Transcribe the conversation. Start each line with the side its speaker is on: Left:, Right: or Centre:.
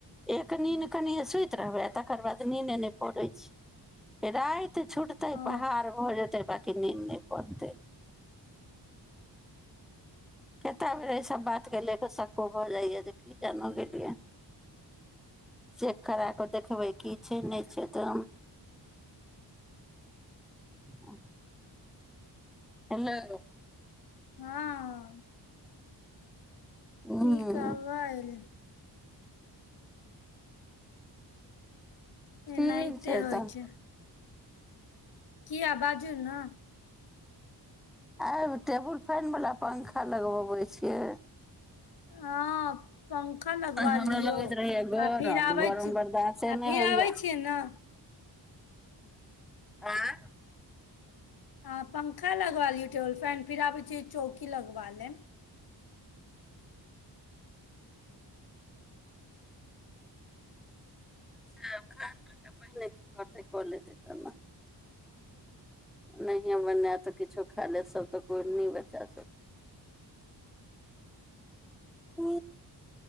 Centre: एक नीद कनिए सुति रहबै आ तकर बाद नीदे नहि पड़ै छै राति छूटतै
Left: ओ
Centre: पहहार भऽ जेतै बाँकी नीन्द नहि पड़तै कतेक बेर एहिसभ बातके लए कऽ सक्को भऽ जाइए जे की जान गेलियै चेक करा कऽ देखबै की छै नहि छै तो आ एना
Left: हँ
Centre: हूँ
Left: ठीकबल
Centre: ठीक
Left: एनाहिते होइ
Centre: तऽ
Left: छै किया बाजू ने
Centre: आ टेबुल फैन वला पंखा लगबबै छियै
Left: हँ पंखा लगवा
Centre: हमरा
Left: लियौ
Centre: लगैत रहैया गरम
Left: आ फेर आबै
Centre: गरम
Left: आ
Centre: बर्दाश्ते नहि
Left: फेर
Centre: होइया
Left: आबै छियै ने
Centre: आँ
Left: आ पंखा लगवा लियौ टेबल फैन फिर आबै छै। चौकी लगवा ले
Centre: चा खाना त पहिने की करतै कऽ लेतै तब ने नहियए बनायत तऽ किछो खा लेत सभ तऽ कोइ नहि बचा सक ह